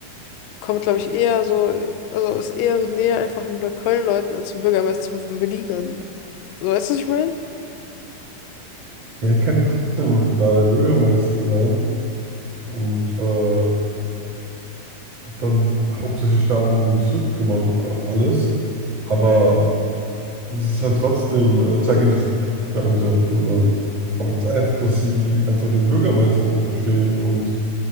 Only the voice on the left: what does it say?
kommt, glaube ich, eher so, äh, also ist eher so näher einfach an den Neukölln-Leuten als zum Bürgermeister von Berlin an. So, weißt du, was ich meine?